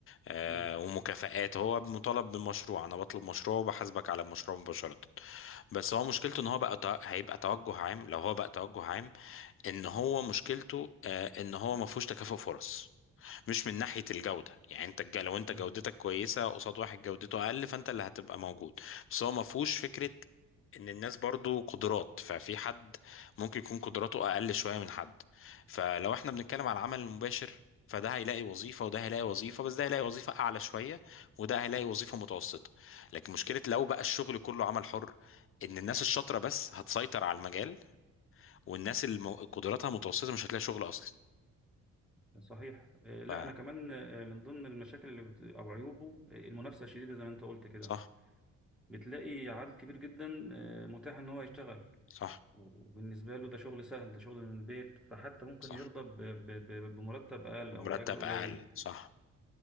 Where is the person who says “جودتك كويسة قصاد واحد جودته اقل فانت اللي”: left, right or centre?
Left